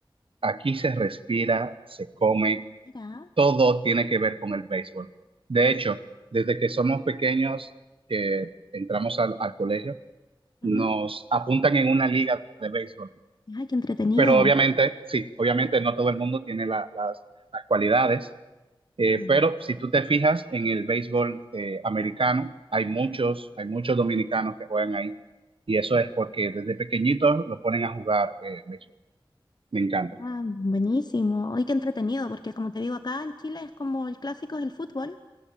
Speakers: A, on the right; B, on the left.
A: Aquí se respira, se come,
B: Mira.
A: todo tiene que ver con el béisbol. De hecho, desde que somos pequeños, que entramos al al colegio, nos
B: Ujú.
A: apuntan en una liga de béisbol
B: Ay, qué entretenido.
A: pero obviamente, sí, obviamente no todo el mundo tiene la- las, las cualidades, eh,
B: Mm.
A: pero si tú te fijas en el béisbol eh, americano, hay muchos,
B: Ujú.
A: hay muchos dominicanos que juegan ahí y eso es porque desde pequeñitos lo ponen a jugar eh, béisbol. Me encanta.
B: Ah, buenísimo. Ay, qué entretenido, porque como te digo, acá en Chile es como el clásico es el fútbol.